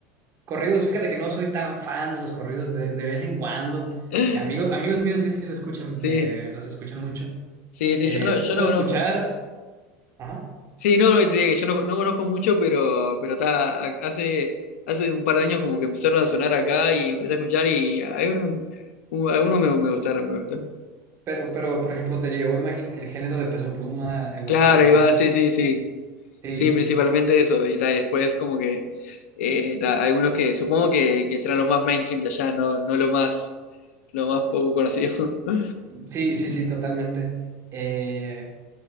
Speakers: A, on the right; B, on the left.
A: Corridos, fíjate que no soy tan fan de los corridos de, de vez en cuando.
B: <laughs>
A: Eh, amigos, amigos míos sí, sí los escuchan,
B: Sí,
A: eh, los escuchan mucho.
B: sí, sí,
A: Eh,
B: yo no, yo
A: puedo
B: no conozco.
A: escuchar, ajá.
B: Sí, no, no, te diría que yo no, no conozco mucho, pero, pero está, a- hace, hace un par de años como que empezaron a sonar acá y empecé a escuchar y hay uno, u- algunos me, me gustaron, me gustaron.
A: Pero, pero, por ejemplo, te llevó, imagino que el género de Peso Pluma, el
B: Claro,
A: Natalcano.
B: ahí va, sí, sí, sí.
A: Sí,
B: Sí,
A: sí,
B: principalmente
A: sí.
B: eso, y, ta, y después como que eh, ta, algunos que supongo que, que serán los más mainstream de allá, no, no lo más, lo más poco conocido. <laughs>
A: Sí, sí, sí, totalmente. Eh,